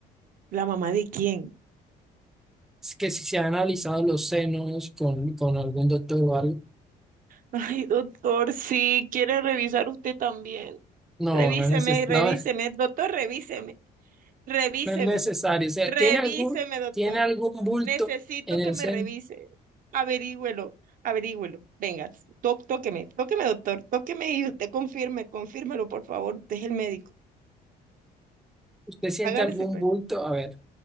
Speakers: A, on the right (about 55°); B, in the centre.
A: ¿La mamá de quién?
B: que si se han analizado los senos con, con algún doctor o algo,
A: Ay, doctor, sí, quiere revisar usted también.
B: no,
A: Revíseme
B: no es neces-
A: y revíseme,
B: no, <laughs>
A: doctor, revíseme, revíseme,
B: no es necesario. O sea,
A: revíseme,
B: ¿tiene algún,
A: doctor.
B: tiene algún bulto
A: Necesito
B: en
A: que
B: el
A: me
B: seno?
A: revise. Averígüelo, averígüelo. Venga, tó- tóqueme, tóqueme, doctor, tóqueme y usted confirme, confírmelo, por favor. Usted es el médico.
B: ¿Usted siente
A: Hágale
B: algún
A: sin pena.
B: bulto? A ver,